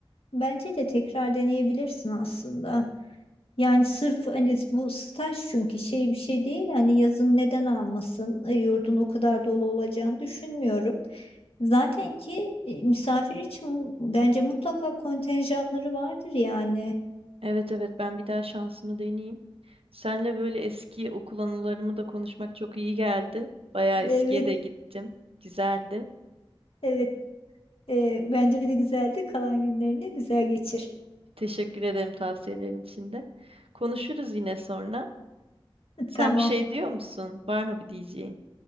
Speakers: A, on the left; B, on the right.
A: bence de tekrar deneyebilirsin aslında. Yani sırf hani bu staj çünkü şey bir şey değil hani yazın neden almasın E, yurdun o kadar dolu olacağını düşünmüyorum. Zaten ki e, misafir için bence mutlaka kontenjanları vardır yani.
B: Evet evet ben bir daha şansımı deneyeyim. Senle böyle eski okul anılarımı da konuşmak çok iyi geldi. Bayağı
A: Evet
B: eskiye de gittim. Güzeldi.
A: evet E, bence de güzeldi kalan günlerini güzel geçir.
B: Teşekkür ederim tavsiyelerin için de. Konuşuruz yine sonra.
A: <laughs>
B: Sen
A: Tamam
B: bir şey diyor musun? Var mı bir diyeceğin?